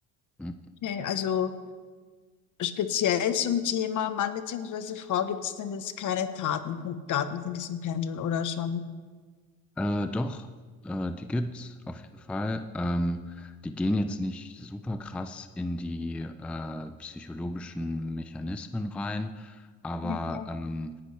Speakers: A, in the centre; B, on the left.
A: hm.
B: Okay, also speziell zum Thema Mann bzw. Frau gibt es denn jetzt keine Daten von, Daten von diesem Pendel oder schon?
A: Äh, doch, äh, die gibt's auf jeden Fall. Ähm, die gehen jetzt nicht super krass in die äh, psychologischen Mechanismen rein, aber
B: Ja.
A: ähm,